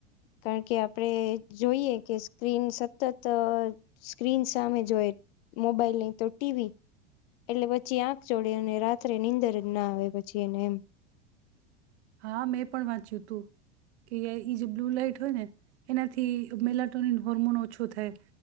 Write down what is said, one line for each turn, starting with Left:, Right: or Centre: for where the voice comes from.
Left: કારણ કે આપણે જોઈએ કે સ્ક્રીન સતત સ્ક્રીન સામે જોય મોબાઈલ નહી તો ટીવી. એટલે પછી આંખ ચોડે અને રાત્રે નીંદર જ ના આવે પછી એને એમ.
Right: હા મેં પણ વાંચ્યું હતું કે ય ઈ જે બ્લુ લાાઈટ હોય ને એનાથી મેલાટોની હર્મોન ઓછું થાય.